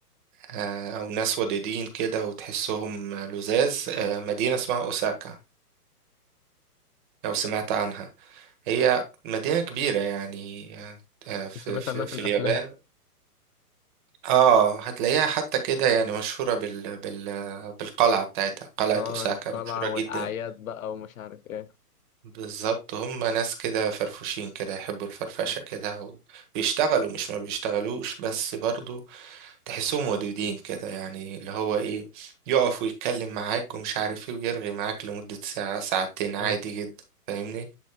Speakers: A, on the right; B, on the left.
A: آه، أو ناس ودودين كده وتحسهم لزاز آه، مدينة اسمها أوساكا لو سمعت عنها هي مدينة كبيرة يعني آه، في,
B: سمعت
A: في,
B: عنها في
A: في
B: الافلام
A: اليابان اه هتلاقيها حتى كده يعني مشهورة بال, بال, بالقلعة بتاعتها قلعة
B: <laughs> اه
A: أوساكا
B: القلعة
A: مشهورة
B: والاعياد
A: جدا
B: بقى ومش عارف ايه
A: بالظبط هم ناس كده فرفوشين كده يحبوا الفرفشة
B: م-
A: كده وبيشتغلوا مش ما بيشتغلوش بس برضو تحسهم ودودين كده يعني اللي هو ايه يقف ويتكلم معاك ومش عارف ايه ويرغي معاك لمدة ساعة ساعتين عادي
B: م.
A: جدا فاهمني